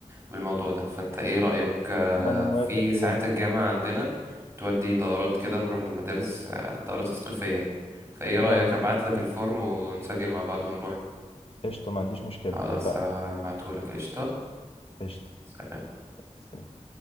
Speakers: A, on the right; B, on the left.
A: بالموضوع ده فانت ايه رأيك آه،
B: ما انا موافق
A: في ساعات
B: بجد
A: الجامعة عندنا بتودي دورات كده نروح المدارس آه، دورة تثقيفية يعني فايه
B: ما
A: رأيك
B: عنديش
A: ابعت
B: مشكله
A: لك الفورم ونسجل مع بعض ونروح
B: قشطه ما عنديش مشكله
A: خلاص
B: اتفقنا
A: هبعته لك قشطة
B: قشطه
A: سلام.
B: سلام